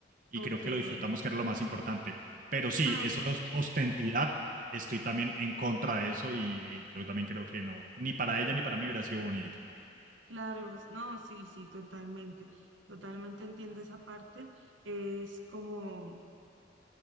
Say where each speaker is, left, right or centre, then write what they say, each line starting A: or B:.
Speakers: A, on the right; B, on the right.
A: y
B: ok,
A: creo que lo disfrutamos, que era lo más importante. Pero sí,
B: ah,
A: eso es ostentidad, estoy también en contra de eso, y eh, yo también creo que no, ni para ella ni para mí hubiera sido bonito.
B: claro, no, sí, sí, totalmente, totalmente entiendo esa parte, es como...